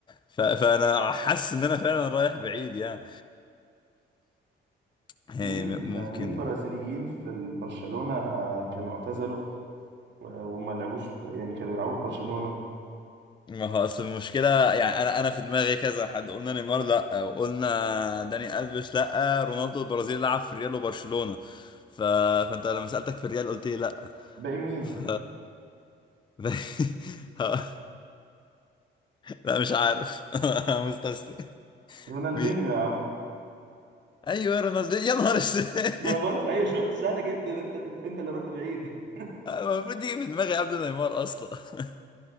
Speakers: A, on the left; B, on the right.
A: ف فانا حاسس ان انا فعلا رايح بعيد يعني هي
B: مين
A: م- ممكن
B: مين برازيليين في برشلونة آه، كانوا اعتزلوا و- وما لعبوش في يعني كانوا بيلعبوا في برشلونة
A: ما هو اصل المشكلة يعني انا انا في دماغي كذا حد قلنا نيمار لا وقلنا داني الفيش لا رونالدو البرازيلي لعب في ريال وبرشلونة ف... فانت لما سألتك في الريال قلت لي لا
B: باقي مين؟
A: ف... <laughs> ها- لا مش عارف <laughs> مستسلم
B: رونالدينيو
A: مين
B: يا عم
A: ايوه رونالدو يا نهار اسود
B: <laughs>
A: <laughs>
B: ما انا بقول لك ايوه شفت سهلة جدا انت انت, انت اللي رحت بعيد <laughs>
A: المفروض يجي من دماغي قبل نيمار اصلا <laughs>